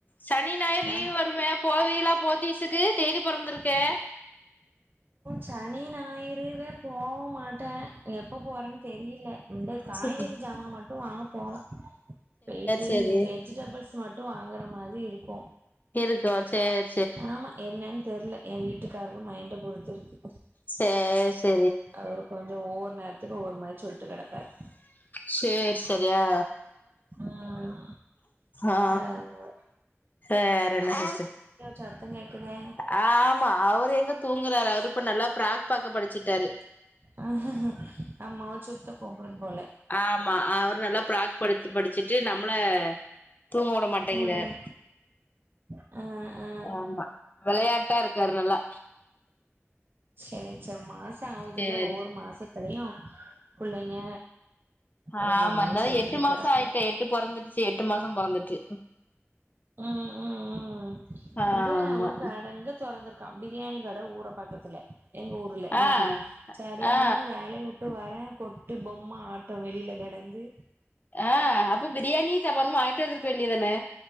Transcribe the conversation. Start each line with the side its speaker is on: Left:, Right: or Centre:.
Left: சனி ஞாயிறு
Right: நம்ம
Left: லீவ் வருமே போவீலா போத்தீஸுக்கு தேதி பொறந்துருக்கே
Right: சனி ஞாயிறுல போவ் மாட்ட எப்ப போறன் தெரில இந்த காய்கறி
Left: சேரி
Right: ஜாமா மட்டு வாங்க போவ போயிட்டு
Left: சேரி
Right: வெஜிடபிள்ஸ் மட்டு வாங்குற மாரி இருக்கு
Left: இருக்கோ சேர்
Right: ஆமா என்னன் தெர்ல எ வீட்டுக்காரரு மைண்ட பொறுத்து இருக்கு
Left: சேர் சேர்
Right: அவர் கொஞ்சோ ஒவ்வொரு நேரத்துக்கு ஒவ்வொரு மாரி சொல்ட்டு கெடப்பாரு
Left: சேர் செரியா
Right: ம்
Left: ஆ ஆ
Right: அதனால
Left: வேறென்ன சிஸ்டர்
Right: சத்த கேக்குதா
Left: ஆமா அவர் எங்க தூங்குறாரு அவரு இப்ப நல்லா பிராக் பாக்க படிச்சிட்டாரு
Right: ஆமா அவரு சுத்த போ போது போல
Left: ஆமா அவரு நல்லா ப்ராக் படுச்சு படிச்சுட்டு நம்மள தூங்க விட மாட்டேங்கிறாரு
Right: ம் ஆ ஆ
Left: ஆமா விளையாட்டா இருக்காரு நல்லா
Right: சர் சர் மாச ஆவுதுல்ல
Left: சேரி
Right: ஒவ்வொரு மாசத்துலயு புள்ளைங்க ஒன்னு
Left: ஆமா
Right: ஒன்னு
Left: இந்தாலு
Right: செஞ்சுட்டு
Left: எட்டு மாசோ
Right: கெடக்க
Left: ஆயிட்டே எட்டு பொறந்திடுச்சு எட்டு மாசோ பொறந்துட்டு
Right: ம் ம் ம்
Left: ஆமா
Right: இங்க ஒரு கட இங்க தொறந்துருக்கு க பிரியாணி கட ஊரபாக்கத்துல எங்க ஊர்ல இன்னெக்கி
Left: ஆ
Right: சரியான
Left: ஆ
Right: வேலய கொட்டு வர கொட்டு பொம்ம ஆட்ட வெளில கெடந்து
Left: ஆ அப்போ பிரியாணி <unintelligible> வாங்கிட்டு வந்திருக்க வேண்டியதான